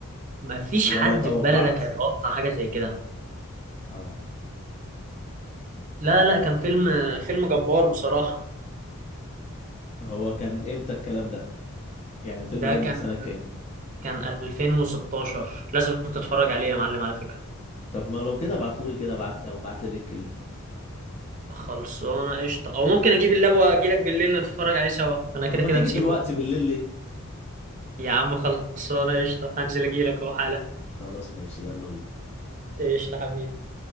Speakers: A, on the right (about 35°); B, on the left (about 30°).
A: ما فيش
B: ولا
A: حد
B: توقعت
A: في بلدك هيتوقع حاجه زي كده
B: اه
A: لا لا كان فيلم فيلم جبار بصراحه
B: هو كان امتى الكلام ده يعني الفيلم
A: ده
B: ده
A: كان
B: من سنة كام
A: كان 2016 لازم تتفرج عليه يا معلم على فكره
B: طب ما لو كده ابعتهولي كده ابعت لو بعت لي لينك ليه
A: خلصانه قشطه او ممكن اجيب اللاب واجي لك بالليل نتفرج عليه سوا انا كده
B: طب ما
A: كده
B: تيجي
A: نسيته
B: دلوقتي بالليل ليه
A: يا عم خلصانه قشطه هنزل اجي لك اهو حالا
B: خلاص ماشي يلا بينا
A: قشطه حبيبي